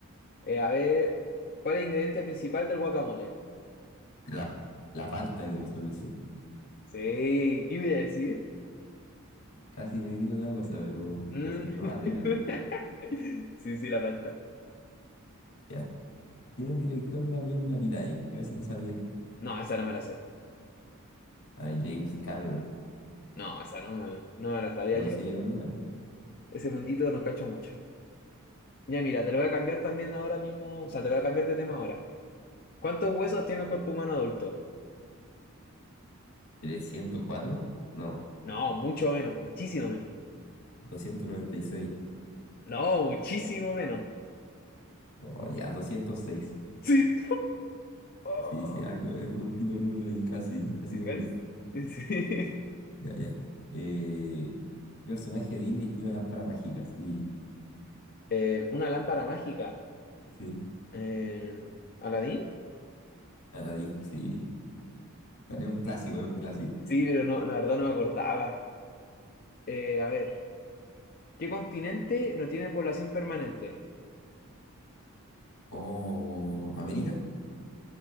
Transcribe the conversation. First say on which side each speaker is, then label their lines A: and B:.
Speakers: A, on the left; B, on the left.
A: Eh, a ver, ¿cuál es el ingrediente principal del guacamole?
B: La, la palta que suele decir.
A: Sí, ¿qué iba a decir?
B: Casi me digo otra cosa, pero voy
A: Mm.
B: a decir tomate,
A: <laughs>
B: pero
A: Sí, sí, la palta.
B: ya. ¿Quién es el director de la película Titanic? A ver si te sabías. este.
A: No, esa no me la sé.
B: Ah, James Cameron.
A: No, esa no me, no me la sabía.
B: Conocido
A: Yo
B: igual.
A: ese mundito no cacho mucho. Ya mira, te lo voy a cambiar también ahora mismo. O sea, te voy a cambiar de tema ahora. ¿Cuántos huesos tiene el cuerpo humano adulto?
B: ¿trescientos cuatro No,
A: No, mucho menos, muchísimo menos.
B: doscientos noventa y seis
A: No, muchísimo menos. <laughs>
B: Oh, ya, doscientos seis
A: Sí. Oh,
B: Sí, sí, algo, es un tipo de número ahí, casi, casi
A: yes.
B: me voy.
A: Sí.
B: Ya, ya. Eh, ¿qué personaje de Disney tiene una lámpara mágica? Sí,
A: Eh, una lámpara mágica.
B: sí.
A: Eh, ¿Aladín?
B: Aladdin, sí. Vale, es un clásico, es un clásico.
A: Sí, pero no, la verdad no me acordaba. Eh, a ver, ¿qué continente no tiene población permanente?
B: Oh, ¿América?